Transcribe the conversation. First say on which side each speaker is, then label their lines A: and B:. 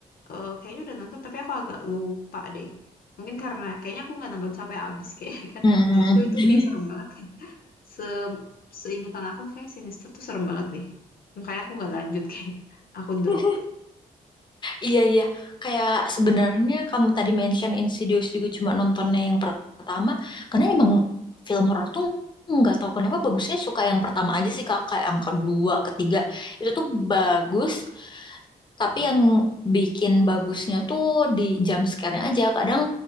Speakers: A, on the left; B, on the left.
A: eh, kayaknya udah nonton tapi aku agak lupa deh. Mungkin karena kayaknya aku nggak nonton sampai habis kayak <laughs> karena
B: Hmm.
A: menurutku itu kayak serem banget. Se seingetan aku kayak Sinister tuh serem banget deh. Makanya aku nggak lanjut kayaknya. Aku drop.
B: <laughs> Iya iya, kayak sebenarnya kamu tadi mention Insidious juga cuma nontonnya yang pertama, karena emang film horor tuh nggak tahu kenapa bagusnya suka yang pertama aja sih kak, kayak yang kedua, ketiga itu tuh bagus, tapi yang bikin bagusnya tuh di jump scare-nya aja. Kadang